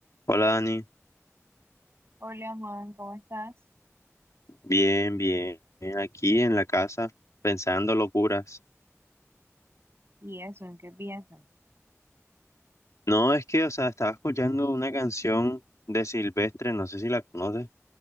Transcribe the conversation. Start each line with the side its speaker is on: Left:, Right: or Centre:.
Left: Hola Dani,
Right: Hola Juan, ¿cómo estás?
Left: bien, bien, aquí en la casa pensando locuras.
Right: ¿Y eso, en qué piensas?
Left: No, es que, o sea, estaba escuchando una canción de Silvestre, no sé si la conoces,